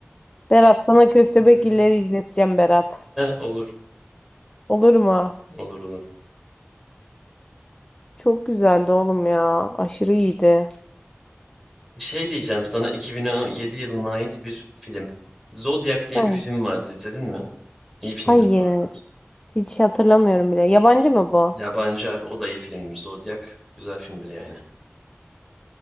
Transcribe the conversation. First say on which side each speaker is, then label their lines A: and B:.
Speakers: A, on the left; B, in the centre.
A: Berat sana Köstebek
B: <laughs>
A: illeri izleteceğim Berat.
B: Olur,
A: Olur mu?
B: olur, olur.
A: Çok güzeldi oğlum ya. Aşırı iyiydi.
B: Şey diyeceğim sana 2017 yılına ait bir film. Zodiac diye
A: Aynen.
B: bir film vardı. İzledin mi? İyi filmdir
A: Hayır.
B: bu arada.
A: Hiç hatırlamıyorum bile. Yabancı mı bu?
B: Yabancı abi o da iyi filmdir. Zodiac güzel filmdir yani.